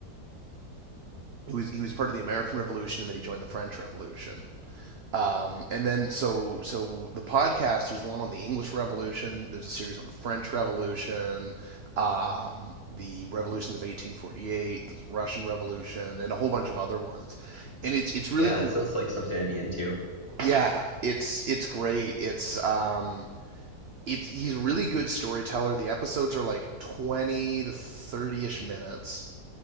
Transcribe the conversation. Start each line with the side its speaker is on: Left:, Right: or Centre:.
Right: he was he was part of the American Revolution and then he joined the French Revolution. Um, and then so so the podcast there's one on the English Revolution, there's a series on the French Revolution, um, the revolutions of 1848, the Russian Revolution, and a whole bunch of other ones. And it's it's really
Left: Yeah,
Right: cool.
Left: it sounds like something I'd be into.
Right: Yeah, it's it's great. It's um it's he's a really good storyteller. The episodes are like 20 to 30ish minutes